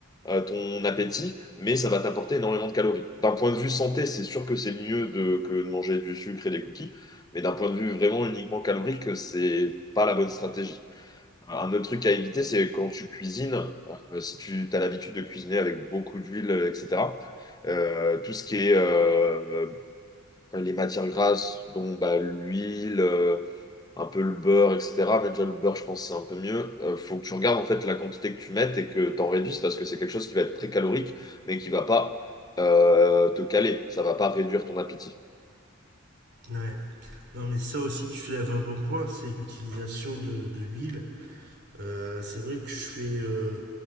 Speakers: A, on the left; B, on the right.
A: euh, ton appétit, mais ça va t'apporter énormément de calories. D'un point de vue santé, c'est sûr que c'est mieux de, que de manger du sucre et des cookies. Mais d'un point de vue vraiment uniquement calorique, c'est pas la bonne stratégie. Un autre truc à éviter, c'est quand tu cuisines, euh, si tu as l'habitude de cuisiner avec beaucoup d'huile, euh, etc., euh, tout ce qui est euh, euh, les matières grasses, dont bah, l'huile, euh, un peu le beurre, etc., mais déjà le beurre, je pense que c'est un peu mieux, euh, faut que tu regardes en fait la quantité que tu mettes et que tu en réduises parce que c'est quelque chose qui va être très calorique, mais qui va pas euh, te caler, ça va pas réduire ton appétit.
B: Ouais. Non, mais ça aussi, tu soulèves un bon point, c'est l'utilisation de, de l'huile. Euh, c'est vrai que je fais, euh,